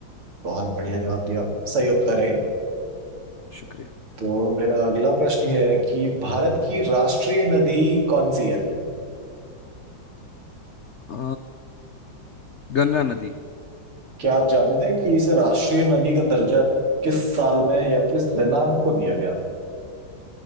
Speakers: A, on the right (about 80°); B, on the left (about 80°).
A: बहुत बढ़िया जवाब दिया सही उत्तर है
B: शुक्रिया
A: तो मेरा अगला प्रश्न ये है कि भारत की राष्ट्रीय नदी कौन सी है
B: अ, गंगा नदी
A: क्या आप जानते हैं कि इसे राष्ट्रीय नदी का दर्जा किस साल में या किस दिनांक को दिया गया था